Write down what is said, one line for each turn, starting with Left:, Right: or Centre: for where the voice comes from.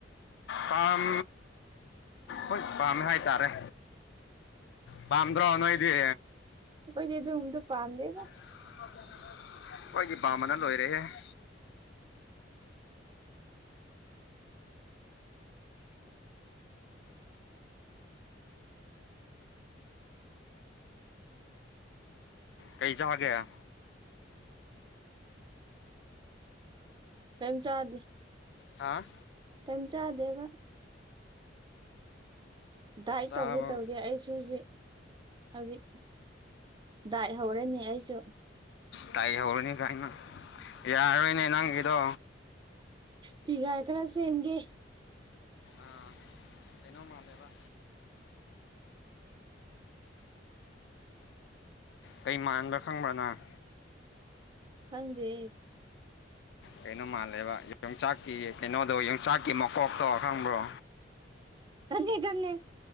Left: ꯄꯥꯝ ꯍꯣꯏ ꯄꯥꯝꯃꯦ ꯍꯥꯏꯇꯥꯔꯦ ꯄꯥꯝꯗ꯭ꯔꯣ ꯅꯣꯏꯗꯦ
Right: ꯈꯣꯏꯗꯤ ꯗꯨꯝꯕꯗꯨ ꯄꯥꯝꯗꯦꯗ
Left: <inaudible> ꯑꯣꯏꯗꯤ ꯄꯥꯝꯕꯅ ꯂꯣꯏꯔꯦꯍꯦ <inaudible> ꯀꯩ ꯆꯥꯒꯦ
Right: ꯀꯦꯝ ꯆꯗꯦ
Left: ꯍꯥ
Right: ꯀꯦꯝ ꯆꯥꯗꯦꯕ ꯗꯥꯏꯠ
Left: ꯆꯥꯕ
Right: ꯇꯧꯒꯦ ꯇꯧꯔꯤ ꯑꯩꯁꯨ ꯍꯧꯖꯤꯛ ꯍꯧꯖꯤꯛ ꯗꯥꯏ ꯍꯧꯔꯅꯤ ꯑꯩꯁꯨ
Left: ꯇꯥꯏꯍꯧꯔꯅꯤ ꯀꯥꯏꯅ ꯌꯥꯔꯣꯏꯅꯦ ꯅꯪꯒꯤꯗꯣ
Right: ꯐꯤꯒꯥꯏ ꯈꯔ ꯆꯦꯟꯒꯦ
Left: ꯑꯥ ꯀꯩꯅꯣ ꯃꯥꯜꯂꯦꯕ ꯀꯩ ꯃꯥꯟꯕ꯭ꯔꯥ ꯈꯪꯕ꯭ꯔꯥ ꯅꯪ
Right: ꯍꯪꯗꯦ
Left: ꯀꯩꯅꯣ ꯃꯥꯜꯂꯦꯕ ꯌꯣꯡꯆꯥꯛꯀꯤ ꯀꯩꯅꯣꯗꯣ ꯌꯣꯡꯆꯥꯛꯀꯤ ꯃꯀꯣꯛꯇꯣ ꯈꯪꯕ꯭ꯔꯣ
Right: ꯈꯪꯉꯦ ꯈꯪꯉꯦ